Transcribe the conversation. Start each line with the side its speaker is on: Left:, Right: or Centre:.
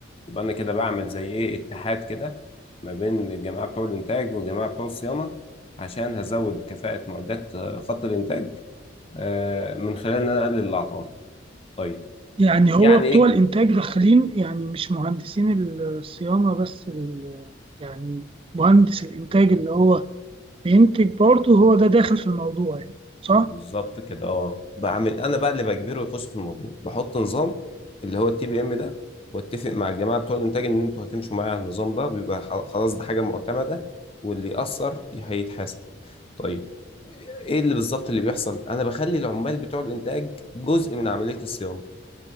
Left: يبقى انا كده بعمل زي ايه اتحاد كده ما بين الجماعه بتوع الانتاج والجماعه بتوع الصيانه عشان هزود كفاءة معدات آه، خط الإنتاج آه، من خلال إن أنا أقلل الأعطال طيب
Right: يعني هو
Left: يعني
Right: بتوع
Left: إيه
Right: الإنتاج داخلين يعني مش مهندسين الصيانة بس ال... يعني مهندس الإنتاج اللي هو بينتج برضه هو ده داخل في الموضوع يعني صح؟
Left: بالظبط كده أه بعمل أنا بقى اللي بجبره يخش في الموضوع بحط نظام اللي هو التي بي إم ده واتفق مع الجماعة بتوع الإنتاج إن أنتوا هتمشوا معايا على النظام ده بيبقى خ- خلاص ده حاجة معتمدة واللي يأثر هيتحاسب طيب إيه اللي بالظبط اللي بيحصل أنا بخلي العمال بتوع الإنتاج جزء من عملية الصيانة